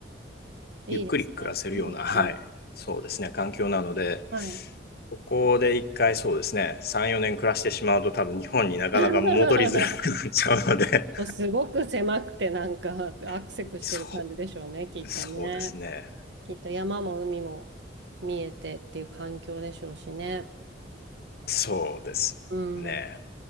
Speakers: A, on the right; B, on the left.
A: いいですね。
B: ゆっくり暮らせるような、
A: うん、
B: <laughs> はい、
A: うん。
B: そうですね、環境なので、
A: はい。
B: ここで一回そうですね、3、4年暮らしてしまうと多分日本になかなか戻りづらくなっちゃうので
A: <laughs> すごく狭くてなんかアクセクしてる感じでしょうね、
B: <laughs> そ
A: きっとね。
B: う、そうですね、
A: きっと山も海も見えてっていう環境でしょうしね。
B: そうですね。
A: うん。